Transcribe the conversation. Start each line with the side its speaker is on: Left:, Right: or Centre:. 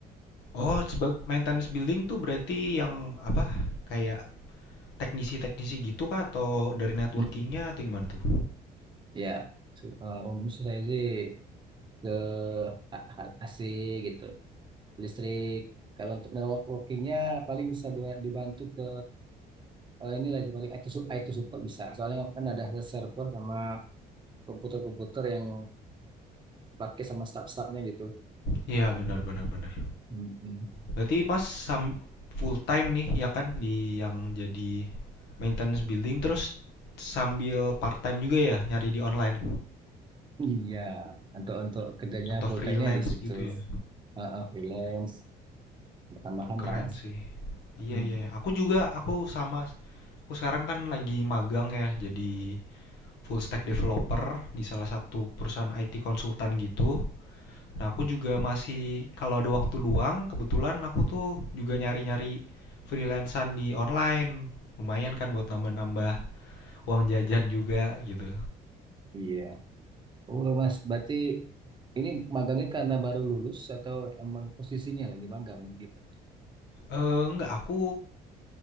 Left: oh, sebagai maintenance building tuh berarti yang apa? Kayak teknisi-teknisi gitu kah? Atau dari networkingnya
Right: Mm,
Left: atau gimana tuh?
Right: Ya, <clears throat> so- eh, umumnya sih saya sih ke A- A- AC gitu, listrik. Kalau untuk networkingnya paling bisa dua- dibantu ke Oh, ini lagi paling IT, su- IT support bisa. Soalnya kan ada server sama komputer-komputer yang pakai sama staff-staffnya gitu.
Left: Iya, benar, benar, benar.
Right: Mm-mm.
Left: Berarti Mas sam- full time nih ya kan di yang jadi maintenance building terus sambil part time juga ya nyari di online
Right: Iya, untuk untuk kerjanya
Left: atau
Right: full
Left: freelance
Right: time-nya di situ.
Left: gitu ya?
Right: Heeh, freelance, tambahan
Left: Keren
Right: lah mas.
Left: sih. Iya,
Right: Mm-mm.
Left: iya, iya. Aku juga, aku sama. Aku sekarang kan lagi magang ya, jadi full stack developer di salah satu perusahaan IT konsultan gitu. Nah, aku juga masih, kalau ada waktu luang, kebetulan aku tuh juga nyari-nyari freelancer di online. Lumayan kan buat nambah-nambah uang jajan juga gitu.
Right: Iya. Oh mas, berarti ini magangnya karena baru lulus atau emang posisinya lagi magang gitu?
Left: Eh, enggak, aku